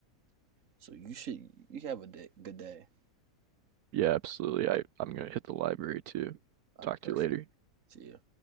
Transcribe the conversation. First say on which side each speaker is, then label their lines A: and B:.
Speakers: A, on the right (about 55°); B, on the right (about 75°).
A: so you should you have a day, good day.
B: Yeah, absolutely. I I'm gonna hit the library too.
A: All
B: Talk
A: right, perfect.
B: to you later.
A: See ya.